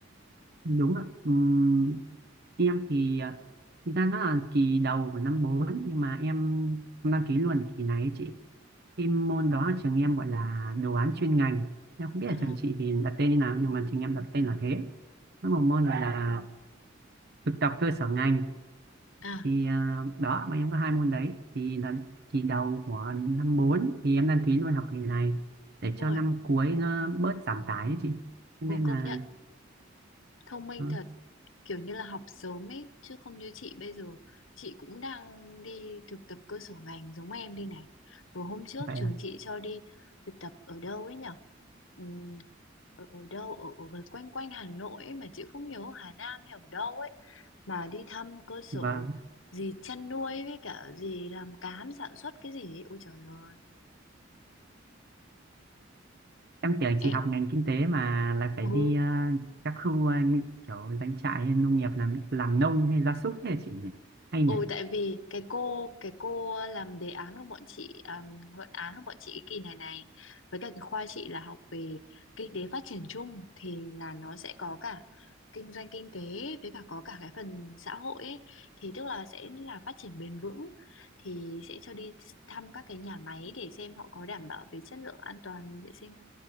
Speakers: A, on the right (about 55°); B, on the left (about 85°).
A: đúng ạ Ừm, em thì à, thực ra nó là kỳ đầu của năm 4 nhưng mà em đăng ký luôn kỳ này ấy chị cái môn đó ở trường em gọi là đồ án chuyên ngành em không biết
B: À,
A: ở trường chị thì đặt tên như nào nhưng mà trường em đặt tên là thế nó một môn gọi là thực tập cơ sở ngành
B: à,
A: thì ờ, đó bọn em có hai môn đấy thì là kỳ đầu của năm 4 thì em đăng ký luôn học kỳ này để cho
B: ui,
A: năm cuối nó bớt giảm tải ấy chị cho
B: ồ
A: nên
B: công
A: là
B: nhận thông minh
A: ờ,
B: thật kiểu như là học sớm ấy chứ không như chị bây giờ chị cũng đang đi thực tập cơ sở ngành giống em đây này vừa hôm trước
A: vậy
B: trường
A: à
B: chị cho đi thực tập ở đâu ấy nhở Ừm, ở, ở đâu ở, ở gần quanh quanh Hà Nội ấy mà chị không nhớ Hà Nam hay ở đâu ấy mà đi thăm cơ sở
A: vâng
B: gì chăn nuôi với cả gì làm cám sản xuất cái gì ấy. Ôi trời ơi
A: em tưởng
B: em,
A: chị học ngành kinh tế mà lại phải
B: ừ,
A: đi ờ, các khu ờ, như kiểu doanh trại hay nông nghiệp làm làm nông hay gia súc thế là chị nhỉ hay nhỉ
B: Ừ tại vì cái cô cái cô làm đề án của bọn chị um, luận án của bọn chị cái kỳ này này với cả cái khoa chị là học về kinh tế phát triển chung thì là nó sẽ có cả kinh doanh kinh tế với cả có cả cái phần xã hội ấy. Thì tức là sẽ là phát triển bền vững thì sẽ cho đi thăm các cái nhà máy để xem họ có đảm bảo về chất lượng an toàn vệ sinh